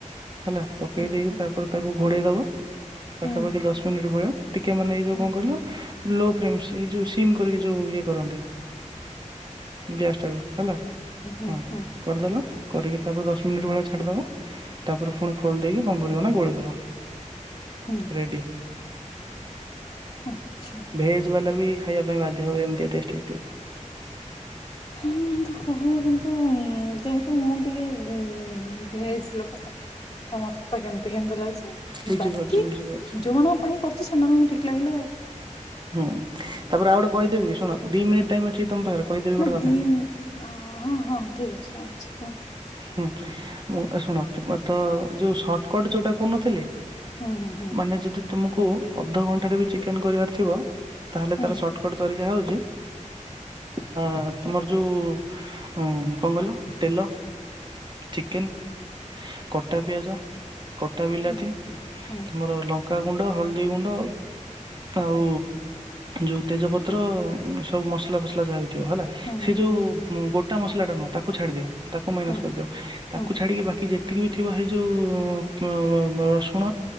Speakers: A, on the right; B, on the left.
A: ହେଲା ପକେଇ
B: ହୁଁ
A: ଦେଇକି
B: ହୁଁ
A: ତାପରେ ତାକୁ ଘୋଡେଇଦବ। ପାଖାପାଖି
B: ହୁଁ
A: ଦଶ ମିନିଟ୍ ଭଳିଆ ଟିକେ ମାନେ ଏଇ ଯୋଉ
B: ହୁଁ
A: କଣ କହିଲ ଲୋ ଫ୍ରେମସ୍ ଏ ଯୋଉ ସିମ୍ କରିକି ଯୋଉ ଇଏ କରନ୍ତି। ଗ୍ୟାସ୍ ଟାକୁ ହେଲା
B: ହୁଁ
A: ହଁ
B: ହୁଁ ହୁଁ ହୁଁ ହୁଁ
A: କରିଦେଲ କରିକି ତାପରେ ଦଶ ମିନିଟ ଭଳିଆ ଛା ଛାଡି ଦବ ତାପରେ ପୁଣି ଖୋଲି ଦେଇକି କଂ କରିବ ନା ଗୋଳେଇଦେଲ।
B: ହୁଁ।
A: ରେଡ଼ି।
B: ଆଚ୍ଛା।
A: ଭେଜ୍ ବାଲା ବି ଖାଇବା ପାଇଁ ବାଧ୍ୟ ହେବ ଏମିତିଆ ଟେଷ୍ଟ ହେଇଥିବ।
B: ହଁ। ଏମିତି କହିବା କୁ ତ କିନ୍ତୁ ଯେହେତୁ ମୁଁ ଟିକେ ଉଁ ଭେଜ ଲୋକ ତ। ତ ମତେ ତ କେମିତି କେମିତି ଲାଗୁଛି
A: ବୁଝିପାରୁଛି
B: ବାକି
A: ବୁଝିପାରୁଛି।
B: ଯୋଉମାନ ଙ୍କ ପାଇଁ କରୁଛି ସେମାନଙ୍କୁ ଠିକ୍ ଲାଗିଲେ
A: ହୁଁ ତାପରେ ଆଉ ଗୋଟେ କହିଦେବି କି ଶୁଣ ଦି ମିନିଟ୍
B: ହୁଁ
A: ଟାଇମ ଅଛି ତମ ପାଖରେ? କହିଦେବି ଗୋଟେ
B: ନା
A: କଥା
B: ଦିମ୍ ହଁ ହଁ ଠିକ୍ ଅଛି ଅଛି କୁହ।
A: ହୁଁ ମୁଁ ଶୁଣ ତୁ ତ ଯୋଉ ସର୍ଟକଟ୍ ଯୋଉଟା କହୁନଥିଲି।
B: ହୁଁ ହୁଁ
A: ମାନେ ଯଦି ତୁମକୁ ଅଧଘଣ୍ଟାରେ ବି ଚିକେନ କରିବାର ଥିବ ତାହେଲେ
B: ହୁଁ
A: ତାର ସର୍ଟ କଟ୍ ତରିକା ହଉଛି ଆ ତୁମର ଯୋଉ ଉଁ କଣ କହିଲ ତେଲ ଚିକେନ କଟା ପିଆଜ, କଟା ବିଲାତି।
B: ହୁଁ ହୁଁ
A: ତୁମର ଲଙ୍କାଗୁଣ୍ଡ ହଳଦୀଗୁଣ୍ଡ। ଆଉ ଯୋଉ ତେଜପତ୍ର ସବୁ ମସଲା ଫସଲା ଯାହା ବି ଥିବ ହେଲା।
B: ହୁଁ
A: ସେ
B: ହୁଁ
A: ଯୋଉ
B: ହୁଁ
A: ଉଁ ଗୋଟା ମସଲା ଟା ନୁହ ତାକୁ ଛାଡି ଦିଅ ତାକୁ ମାଇନସ୍
B: ହୁଁ ହୁଁ
A: କରିଦିଅ। ତାକୁ
B: ହୁଁ
A: ଛାଡିକି ବାକି ଯେତିକି ବି ଥିବ ହେଇ ଯୋଉ ଉଁମ ରସୁଣ